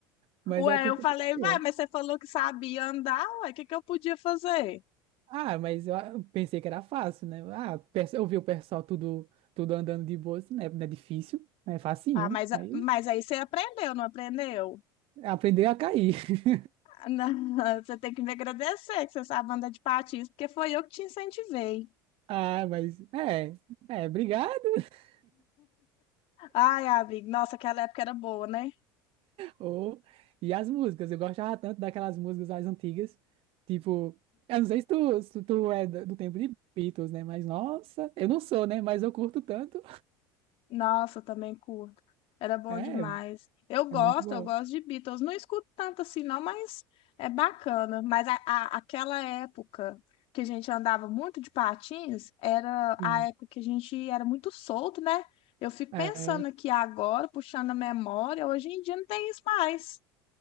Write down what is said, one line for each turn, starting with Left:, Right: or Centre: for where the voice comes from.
Right: mas
Left: Ué,
Right: é culpa
Left: eu falei,
Right: sua.
Left: vai, mas você falou que sabia andar, ué, o que que eu podia fazer?
Right: Ah, mas eu eu pensei que era fácil, né? Ah, pers- eu vi o pessoal tudo, tudo andando de boa, assim, né? Não é difícil, né? é facinho.
Left: Ah, mas, a-
Right: Aí
Left: mas aí você aprendeu, não aprendeu?
Right: aprendeu a cair. <laughs>
Left: Ah, Não, <laughs> você tem que me agradecer que você sabe andar de patins, porque foi eu que te incentivei.
Right: Ah, mas é, é, obrigado. <laughs>
Left: Ai, amigo, nossa, aquela época era boa, né?
Right: Oh, e as músicas, eu gostava tanto daquelas músicas mais antigas, tipo, eu não sei se tu, se tu é do do tempo de Beatles, né? Mas nossa, eu não sou, né? Mas eu curto tanto.
Left: Nossa, eu também curto. Era bom
Right: É,
Left: demais. Eu gosto,
Right: é muito bom.
Left: eu gosto de Beatles. Não escuto tanto assim, não, mas é bacana. Mas a, a- aquela época que a gente andava muito de patins, era
Right: Sim.
Left: a época que a gente era muito solto, né? Eu fico
Right: É.
Left: pensando aqui agora, puxando a memória, hoje em dia não tem isso mais.